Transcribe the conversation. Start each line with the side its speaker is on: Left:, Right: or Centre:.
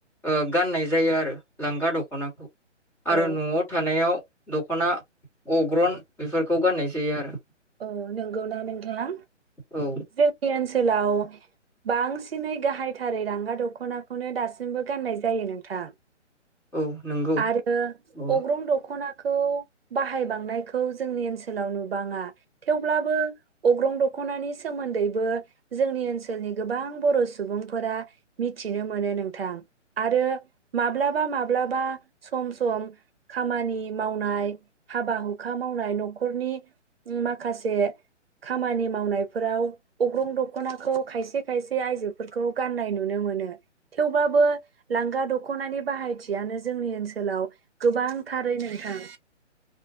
Centre: ओ गाननाय जायो आरो लांगा दख'नाखौ आरो
Right: औ
Centre: न'आव थानायाव दख'ना अग्रन बेफोरखौ गाननाय जायो आरो।
Right: औ नंगौना नोंथां
Centre: औ
Right: जोंनि ओनसोलाव बांसिनै गाहायथारै लांगा दख'नाखौनो दासिमबो गाननाय जायो नोंथां।
Centre: औ नंगौ
Right: आरो
Centre: अ
Right: अग्रं दख'ना खौ बाहायबांनायखौ जोंनि ओनसोलाव नुबाङा। थेवब्लाबो अग्रं दख'नानि सोमोन्दैबो जोंनि ओनसोलनि गोबां बर' सुबुंफोरा मिथिनो मोनो नोंथां आरो माब्लाबा माब ब्लाबा सम सम खामानि मावनाय हाबा हुखा मावनाय न'खरनि मा खासे खामानि मावनायफोराव अग्रं दख'नाखौ खायसे खायसे आइजोफोरखौ गाननाय नुनो मोनो थेवबाबो लांगा दख'नानि बाहायथियानो जोंनि ओनसोलाव गोबांथारै नोंथां।